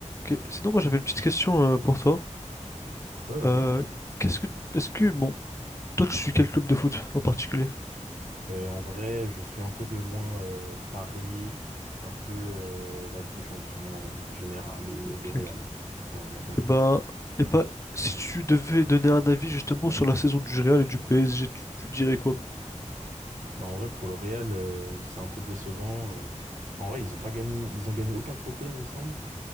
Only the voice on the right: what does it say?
Ouais, vas-y.
Euh, en vrai, je suis un peu de loin euh, Paris, un peu euh, la Ligue des Champions en, en général et
le Real,
le Real Madrid.
Bah, en vrai, pour le Real, euh, c'est un peu décevant. euh. En vrai, ils ont pas gagné, ils ont gagné aucun trophée, il me semble.